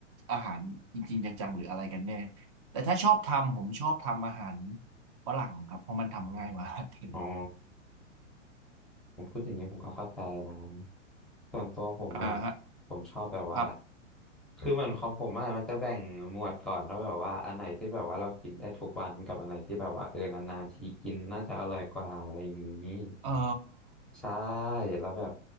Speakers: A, on the right; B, in the centre.
A: อาหารจริงๆจังๆหรืออะไรกันแน่แต่ถ้าชอบทำผมชอบทำอาหารฝรั่งครับเพราะมันทำง่ายกว่าอาหารไทย
B: อ๋อ พูดอย่างนี้ผมก็เข้าใจนะส่วนตัวผมอ่ะ
A: อ่าฮะ
B: ผมชอบแบบว่า
A: ครับ
B: คือเหมือนของผมอ่ะมันจะแบ่งหมวดก่อนว่าแบบว่าอันไหนที่แบบว่าเรากินได้ทุกวันกับอันไหนที่แบบว่าเออนานๆทีกินน่าจะอร่อยกว่าอะไรอย่างนี้
A: อ๋อ
B: ใช่แล้วแบบ